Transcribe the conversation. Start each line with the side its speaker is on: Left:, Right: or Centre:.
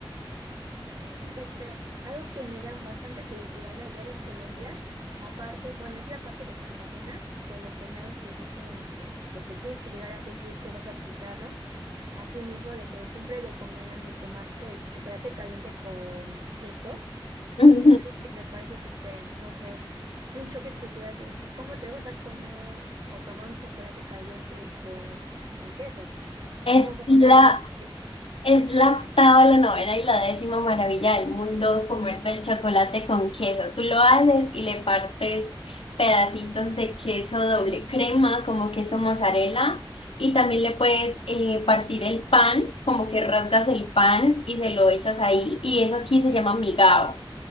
Right: Sí, sí te creo. Algo que me da bastante curiosidad de allá de Colombia, aparte, bueno, es la parte de Cartagena, por los peinados que dicen que pues te tienes que llegar a hacer si es que vas a visitarlo. Asimismo, de que siempre recomiendan de tomarte el chocolate caliente con queso.
Left: <laughs>
Right: Es algo que me parece súper, no sé, un choque cultural de que cómo te vas a comer o tomar un chocolate caliente con, con queso.
Left: Es
Right: ¿Cómo vas
Left: la
Right: a comer queso con
Left: Es la octava, la novena y la décima maravilla del mundo comerte el chocolate con queso. Tú lo haces y le partes pedacitos de queso doble crema, como queso mozzarella, y también le puedes eh, partir el pan, como que rasgas el pan y se lo echas ahí, y eso aquí se llama migao.